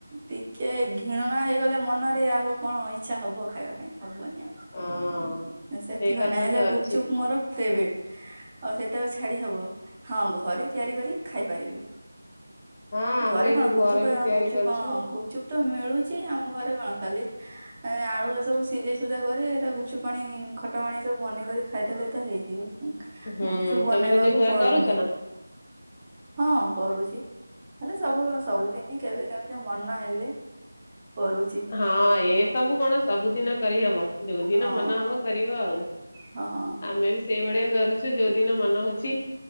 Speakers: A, on the right; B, on the left.
A: ଟିକେ ଘିଣଣା ହେଇଗଲେ ମନରେ ଆଉ କଣ ଇଚ୍ଛା ହବ ଖାଇବା ପାଇଁ ହବନି ଆଉ।
B: ହଁ
A: ସେଥିପାଇଁ
B: ସେଇ କଥା
A: ନା ହେଲେ
B: ତ ଅଛି।
A: ଗୁପଚୁପ୍ ମୋର ଫ୍ରେବ୍ରେଟ୍। ଆଉ ସେଇଟାକୁ ଛାଡି ହବ ହଁ ଘରେ ତିଆରି କରି ଖାଇପାରିବି।
B: ହଁ
A: ଘରେ
B: ଆମେ
A: କଣ
B: ବି ଘରେ
A: ଗୁପଚୁପ୍ ଅଁ
B: ବି ତିଆରି
A: ଗୁପଚୁପ୍
B: କରୁଛୁ
A: ହଁ ଗୁପଚୁପ୍ ତ ମିଳୁଚି ଆମ ଘରେ କଣ ଖାଲି ଏଁ ଆଳୁରେ ସବୁ ସିଝେଇ ସୁଝା କରି ଏଟା ଗୁପଚୁପ୍ ପାଣି ଖଟା ପାଣି ଏସବୁ ବନେଇ କରି ଖାଇଦେଲେ ତ ହେଇଯିବ
B: ହୁଁ
A: ଗୁପ୍ଚୁପ୍ ବନେଇବାକୁ
B: ତମେ ନିଜେ ଘରେ
A: ପଡୁନି।
B: କରୁଛ ନା?
A: ହଁ କରୁଚି ହେଲେ ସବୁ ସବୁଦିନି କେବେ କେମ୍ତି ମନ ହେଲେ କରୁ
B: ହଁ ଏସବୁ କଣ ସବୁଦିନ କରିହବ ଯୋଉ ଦିନ
A: ହଁ
B: ମନ ହବ କରିବ ଆଉ।
A: ହଁ
B: ଆମେ ବି ସେଇଭଳିଆ କରୁଚୁ ଯୋଉ ଦିନ ମନ ହଉଚି